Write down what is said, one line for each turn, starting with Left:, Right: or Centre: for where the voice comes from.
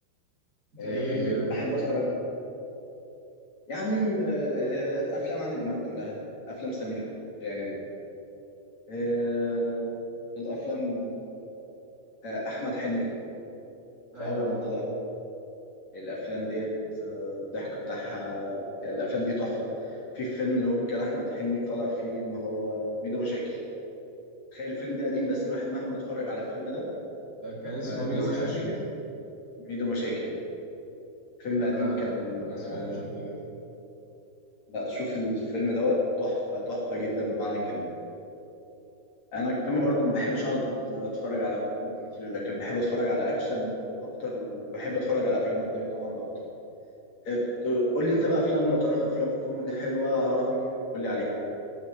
Right: زي
Left: آه،
Right: إيه كده
Left: بحب اتفرج يعني آه، آه، افلام عادل امام كلها افلام سمير غانم آه، الافلام آه، آه، احمد حلمي في
Right: أيوه
Left: اول ما طلع الافلام ديت آه، الضحك بتاعها يعني الافلام دي تحفه في فيلم اللي هو كان احمد حلمي طالع فيه ان هو ميدو مشاكل تخيل الفيلم ده قديم بس الواحد مهما اتفرج على الفيلم ده
Right: آه، كان اسمه
Left: ما بيزهقش
Right: ميدو مشاكل
Left: منه ميدو مشاكل فيلم
Right: لا
Left: قديم
Right: ده أنا
Left: كان
Right: أنا ما
Left: آه،
Right: سمعتوش قبل
Left: لا شوف الفيلم دوت تحفه تحفه جدا بمعنى الكلمه انا كمان
Right: كده
Left: برضو ما بحبش اقعد اتفرج على كوميدي كتير لكن بحب اتفرج على اكشن اكتر وبحب اتفرج على افلام اجنبي طبعا اكتر ات- قول لي انت بقى افلام لو تعرف افلام كوميدي حلوه عربي قول لي عليها